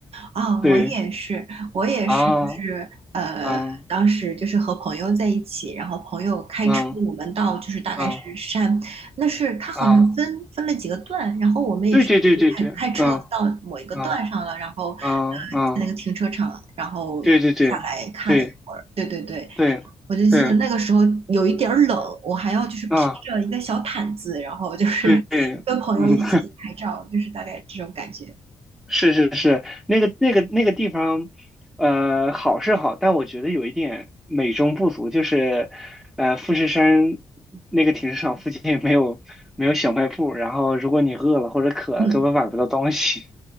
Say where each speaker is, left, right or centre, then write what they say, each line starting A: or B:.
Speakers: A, on the right; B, in the centre.
A: 啊，我也是，
B: 对。
A: 我也是，
B: 啊
A: 就是呃，
B: 嗯
A: 当时就是和朋友在一起，然后朋友开车，
B: 嗯
A: 我们到就是大概是山，
B: 嗯
A: 那是他好像分分了几个段，
B: 啊，
A: 然后我们也是开开车到某一个段上了，
B: 对对对对对，嗯嗯
A: 然后呃在那个停车场，
B: 嗯嗯，
A: 然后下来看了一会儿，
B: 对对对对
A: 对对对，
B: 对对，
A: 我就记得那个时候有一点儿冷，我还要就是披着一个小毯子，
B: 啊
A: 然后就是
B: 对对，
A: <laughs> 跟朋友一起拍照，
B: 嗯，
A: 就是大概这种感觉，
B: <laughs> 是是是，那个那个那个地方，呃，好是好，但我觉得有一点美中不足，就是呃，富士山那个停车场附近没有没有小卖部，然后如果你饿了或者渴了，
A: 嗯。
B: 根本买不到东西。